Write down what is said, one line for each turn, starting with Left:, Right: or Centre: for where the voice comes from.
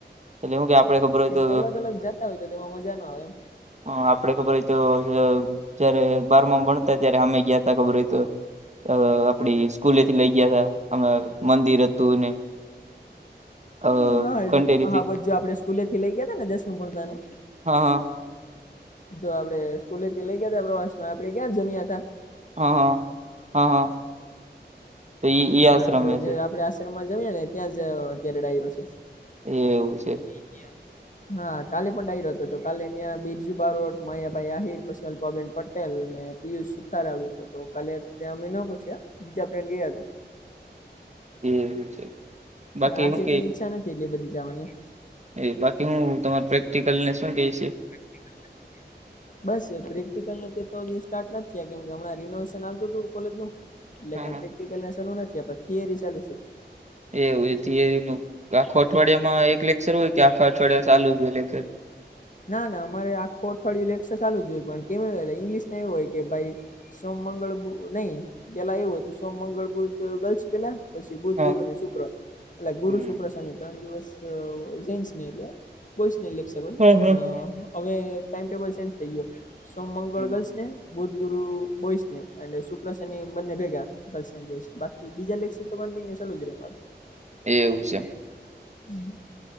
Right: એટલે હું કે આપડે ખબર હોય
Left: કેમ
Right: તો
Left: કે અલગ અલગ જતા હોય તેમાં મજા નો આવે એમ
Right: આપડે ખબર હોય તો જયારે બારમાં ભણતા ત્યારે અમે ગ્યાતા ખબર હોય તો. અ આપડી સ્કૂલેથી લઇ ગયા હતા અમે મંદિર હતું ને અ
Left: હા
Right: ખંડેરીથી
Left: હા બધું આપડે સ્કૂલેથી લઈ હતા ને દસમું ભણતાં એને
Right: હ હ
Left: જો આપડે સ્કૂલે થી લઈ ગ્યાતા પ્રવાસ માં આપડે ક્યાં જમ્યા હતા?
Right: હ હ હા હા તો ઈ
Left: હા
Right: આશ્રમે
Left: જો જે
Right: છે.
Left: આપડે જમ્યા હતા ને ત્યાં જ અત્યારે ડાયરો છે.
Right: એવું છે.
Left: <inaudible> હા કાલે પણ ડાયરો હતો કાલે ત્યાં બિરજુ બારોટ, માયાભાઈ આહિર પછી અલ્પાબેન પ પટેલ ને પીયુષ સુથાર આવ્યો હતો તો કાલે ત્યાં અમે પહોંચ્યા બીજા ફન્ડ ગયા હતા.
Right: હમ્મ એવું છે. બાકી
Left: હ આજે
Right: હું
Left: કઈ ઈચ્છા નથી એટલે બધી જાવાની
Right: એ બાકી હું તમારા પ્રેક્ટિકલ ને શું કે છે?
Left: પ્રેક્ટીકલ ને બસ પ્રેક્ટિકલ ને તે તો સ્ટાર્ટ નથી થયા કેમ કે હમણાં રિનોવેશન હાલતું હતું ને કોલેજ નું એટલે
Right: હા
Left: કઈ
Right: હા
Left: પ્રેક્ટિકલ ને શરૂ નથી થયા પણ થિયરી ચાલુ છે.
Right: એવું થિયરીનું આખો અઠવાડિયામાં એક લેક્ચર હોય કે આખા અઠવાડિયા ચાલુ જ હોય લેક્ચર?
Left: ના ના અમારે આખું અઠવાડિયું લેક્ચર ચાલુ જ હોય કેમલે ઇંગ્લિશ ના એવું હોય કે ભાઈ સોમ મંગળ બુ નહીં પેલા એવું હતું સોમ મંગળ બુધ ગર્લ્સ પેલા પછી બુધ
Right: હા
Left: ગુરુ ને શુક્ર એટલે ગુરુ
Right: હમ
Left: શુ શની ત્રણ દિવસ અ જેન્સ એટલે બોઈસને લેક્ચર હોય
Right: હમ
Left: પણ હવે ટાઈમટેબલ સેન્જ થઈ ગયો સોમ મંગળ
Right: હમ
Left: ગર્લ્સ ને બુધ ગુરુ બોઈસને અને શુક્ર શનિ બંને ભેગા ગર્લ્સ એન્ડ બોયઝ બાકી બીજા લેક્ચર તો કંટીન્યુ ચાલુ જ રહે અમારે
Right: એવું છે
Left: <inaudible>